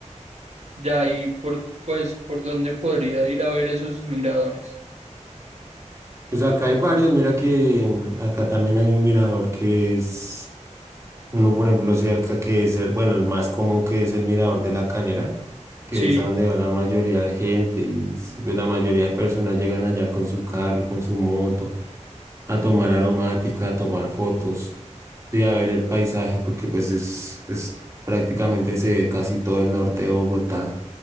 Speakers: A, on the right (about 60°); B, on the right (about 20°).
A: Ya, y por, pues, ¿por dónde podría ir a ver esos miradores?
B: Pues acá hay varios, mira que en- acá también hay un mirador que es uno, por ejemplo, cerca que es el, bueno, el más común que es el mirador de la Calera, que
A: Sí.
B: es a donde va la mayoría de gente y s- pues, la mayoría de personas llegan allá con su carro, con su moto, a tomar aromática, a tomar fotos. Sí, a ver el paisaje, porque pues es, es prácticamente se ve casi todo el norte de Bogotá.